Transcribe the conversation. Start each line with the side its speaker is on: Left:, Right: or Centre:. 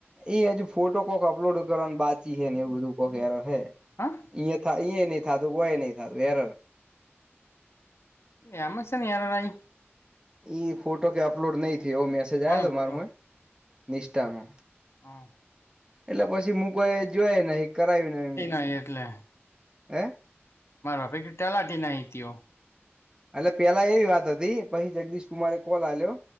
Right: એ હજુ ફોટો કોક અપલોડ કરવાની બાકી હે ને એવું બધું કોક હે
Left: હા
Right: ય થા ઈ નહી થાતું નહી થું વેર
Left: એમાં એની એરર આઈ
Right: ઈ ફોટો કે અપલોડ નહી થયો એવો મેસેજ આવયો
Left: કોનો
Right: હતો
Left: ફોટો
Right: માર માં નિષ્ઠાનો
Left: હા
Right: એટલે પછી મુું કોઈ જોય નહીં કરાવ્યું નહીં
Left: અહીં એટલે
Right: હે
Left: મારે ભે કે તલાટી ના તઓ <unintelligible>
Right: એટલે પેલા એવી વાત હતી પછી જગદીશ કુમારે કોલ આલ્યો